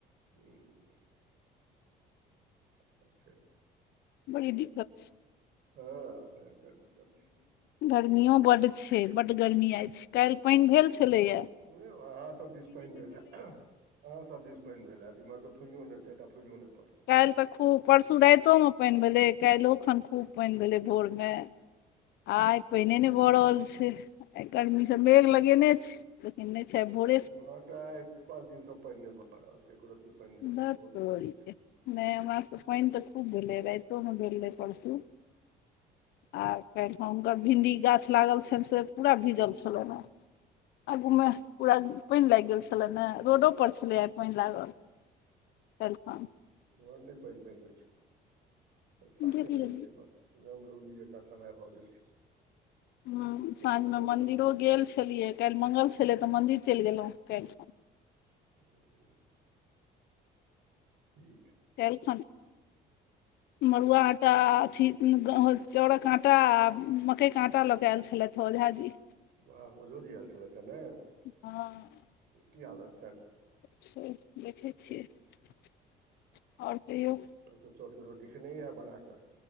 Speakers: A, on the right (about 75°); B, on the left (about 80°).
A: ह ह। सभ छै।
B: बड़ी दिक्कत।
A: हँ भयांकर दिक्कत छै।
B: ग़रमी बड छै। बड ग़रमि आय काल्हि पानि भेल छलैया।
A: नहि अहाँसभ दिश पाइन भेलए। अह सभ दिस पानि भेल हत इमहर तऽ फुयो ने छै। एकटा फुइयो न।
B: काल्हि तऽ खूब परसू रतिओमे पानि भेलै। काल्हिओ खन खूब पानि भेलै भोरमे। आ आइ पानिए नहि भऽ रहल छै। आइ गारमि सँ मेघ लगेने छै। लेकिन नहि छै। भोट।
A: एमहर तऽ आइ पाँच दिनसँ पानि नहि भऽ रहल छै। एको र्ती पानि नहि
B: धत
A: होइ बहुत
B: तोरीके
A: गरमी छै।
B: नहि हमरा सभ के पानि
A: हँ
B: तऽ खूब भेलै राइतोमे भेल रहै परसू आर। हुनकर भिंडी गाछ। लागल छनि से पूरा भीजल छलनि ह। आगू मे पूरा पानि लागि गेल छलै ने रोडो पर छलै आ पानि लागल। <unintelligible>
A: एमहर नै पाइन ताइन होइ छै <inaudible> साफे
B: गेलियै
A: नै होइ छै एमहर एकदम रौदी जकाँ समय भऽ गेल छै
B: हँ
A: कतहु
B: साँझमे
A: किछु नहि
B: मन्दिरो
A: भऽ रहल छै
B: गेल छलियै काइल मंगल छलै तऽ मन्दिर चैल गेलै काइल
A: <unintelligible> ठीक
B: काइल खन मरुआ आटा अथी चाउड़ कऽ आटा मकई कऽ आटा लऽ कऽ ऐल छलैथ ओझा जी
A: वाह ओझो जी ऐल छलैथ हऽ ने
B: हँ
A: की हालत छैन
B: छै देखै छियै <inaudible> और कहियों
A: तहन तऽ चाउर केँ रोटी खेनेइ यऽ बना कऽ